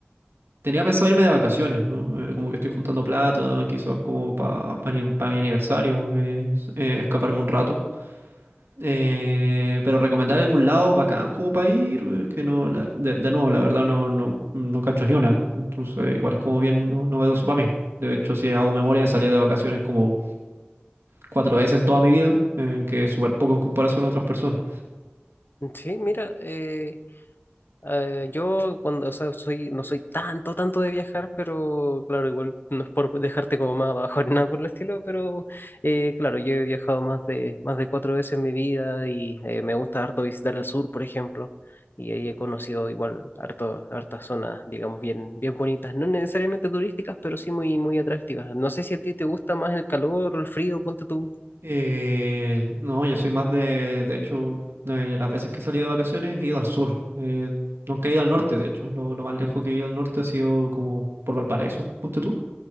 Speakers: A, on the right; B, on the left.
A: tenía pensado irme de vacaciones, ¿no? Eh, como que estoy juntando plata, quizás como para mi, pa mi aniversario, eh, s- eh, escaparme un rato. Eh, pero recomendar algún lado bacán como para ir, es que no, la- de, de nuevo, la verdad no, no, no cacho ni una. Entonces, igual es como bien no- novedoso para mí. De hecho, si hago memoria, he salido de vacaciones como cuatro veces en toda mi vida, eh, que es súper poco en comparación a otras personas.
B: Mm, Sí, mira, eh, eh, yo cuando, o sea, soy, no soy tanto, tanto de viajar, pero claro, igual no es por dejarte como más abajo <laughs> ni nada por el estilo, pero eh, claro, yo he viajado más de, más de cuatro veces en mi vida y eh, me gusta harto visitar el sur, por ejemplo, y ahí he conocido igual harto, hartas zonas, digamos, bien, bien bonitas, no necesariamente turísticas, pero sí muy, muy atractivas. No sé si a ti te gusta más el calor o el frío, ponte tú.
A: Eh, no, yo soy más de, de hecho, de las veces que he salido de vacaciones he ido al sur. Eh, nunca he ido al norte, de hecho. Lo, lo más lejos que he ido al norte ha sido como por Valparaíso. punto